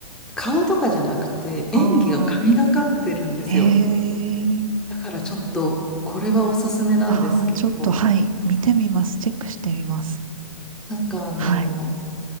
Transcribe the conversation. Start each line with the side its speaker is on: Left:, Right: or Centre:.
Centre: 顔とかじゃなくて、
Right: ああ、
Centre: 演技が神がかってるんですよ。
Right: へえ、
Centre: だからちょっと、これはおすすめなんですけど、
Right: ああ、ちょっと、はい、見てみます。チェックしてみます。
Centre: なんかあの、
Right: はい、